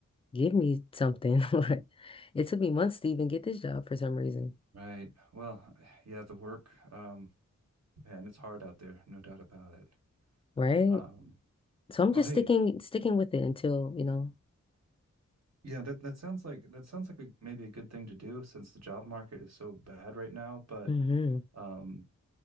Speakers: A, on the left; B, on the right.
A: give me something. <laughs> Like it took me months to even get this job for some reason,
B: Right. Well, yeah, the work, um, man, it's hard out there, no doubt about it.
A: right?
B: Um,
A: So I'm
B: well,
A: just
B: hey,
A: sticking, sticking with it until, you know.
B: Yeah, that that sounds like that sounds like a, maybe a good thing to do since the job market is so bad right now. But
A: hmm
B: um,